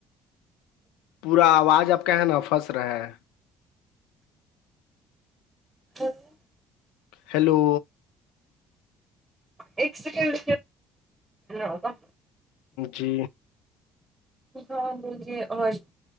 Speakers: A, on the left; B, on the right.
A: پورا آواز آپ کا ہے نا پھس رہا ہے
B: <unintelligible>
A: ہیلو
B: ایک سیکنڈ ہوگا
A: جی
B: ہاں مجھے اور